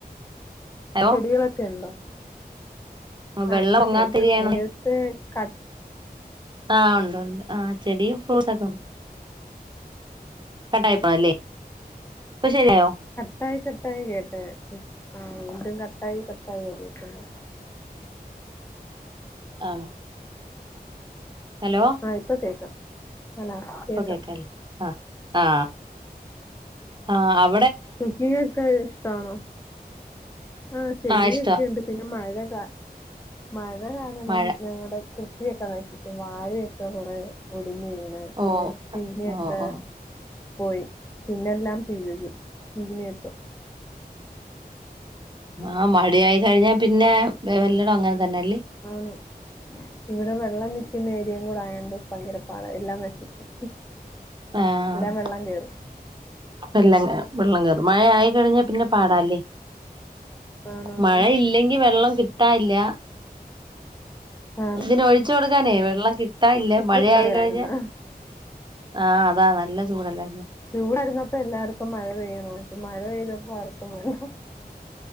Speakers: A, on the right; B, on the left.
A: ഹലോ
B: ചെടികളൊക്കെ ഉണ്ടോ ആഹ്
A: വെള്ളം
B: ഇപ്പൊ
A: ഒങ്ങാത്തിരിയാണ
B: കേക്കാം നേരത്തെ കട്ട്
A: ആഹ് ഉണ്ട് ഉണ്ട് ആ ചെടിയും ഫ്രൂട്ട്സൊക്കെ ഒക്കെ ഉണ്ട് കട്ടായിപോയല്ലേ ഇപ്പൊ ശരിയായോ
B: കട്ടായി കട്ടായി കേട്ട ആ എന്തും കട്ടായി കട്ടായി കേക്കുന്നു
A: ആണോ ഹലോ
B: ആ ഇപ്പ കേക്കാം അല്ല
A: ഇപ്പൊ
B: കേക്കാം
A: കേക്കാല്ലേ ആ ആ അവ്
B: കുക്കിങ്ങൊക്കെ ഇഷ്ടാണോ ആ ചെടിയൊക്കെ
A: ആഹ് ഇഷ്ടവാ
B: ഉണ്ട് പിന്നെ മഴ കാ മഴ കാരണം
A: മഴ
B: ഞങ്ങടെ കൃഷിയൊക്കെ നശിച്ചു വാഴയക്കെ കൊറെ ഒ ഒടിഞ്ഞു വീണ് പിന്നെ
A: ഓ
B: ചീനിയൊക്ക
A: ഓ ഓ
B: പോയി പിന്നെല്ലാം പിഴ്‌തു പിഴ്തേക്ക
A: ആ മടി ആയി കഴിഞ്ഞാ പിന്നെ എല്ലടോം അങ്ങനെ തന്നെല്ലേ
B: ആന്ന് ഇവിടെ വെള്ളം നി ന്ന ഏരിയയും കൂടെ ആയോണ്ട് പങ്കരപ്പാടാ എല്ലാം നശിക്കും
A: ആഹ്
B: എല്ലാം വെള്ളം കേറും.
A: എല്ലാ വെള്ളം കയറും മഴ ആയി കഴിഞ്ഞാൽ പിന്നെ പാടാല്ലേ
B: ആണാണ്.
A: മഴ ഇല്ലെങ്കി വെള്ളം കി കിട്ടാല്ല
B: ആണ്.
A: ഇതിന ഒഴി കൊടുക്കാനേ വെള്ളം കി കിട്ടാൻ ഇല്ലാ
B: ഇവിടെ
A: മഴ
B: ചൂടൊക്കെ
A: ആയി കഴിഞ്ഞ
B: ആയിരുന്ന്.
A: ആഹ് അതാ നല്ല ചൂടല്ലായിന്ന
B: ചൂടായിരുന്നപ്പോൾ എല്ലാരു ഇപ്പംമഴ പെയ്യണ <unintelligible> മഴപെയ്തപ്പോൾ ആർക്കും <unintelligible>